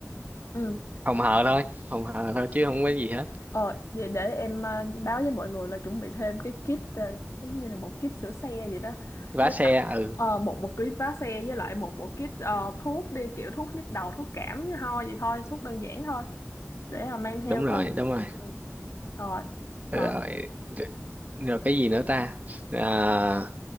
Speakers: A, on the left; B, on the right.
A: Ừ.
B: phòng hờ thôi phòng hờ thôi chứ không có gì hết
A: Ờ, để, để em ờ, báo với mọi người là chuẩn bị thêm cái kit ờ, giống như là một kit sửa xe vậy đó
B: vá
A: với
B: xe
A: lại
B: ừ
A: ờ, một một ký vá xe với lại một bộ kit ờ, thuốc đi kiểu thuốc nhức đầu thuốc cảm ho gì thôi thuốc đơn giản thôi để mà mang theo
B: đúng
A: có
B: rồi
A: gì
B: đúng rồi
A: ừ. rồi
B: rồi
A: còn
B: rồi, rồi cái gì nữa ta à,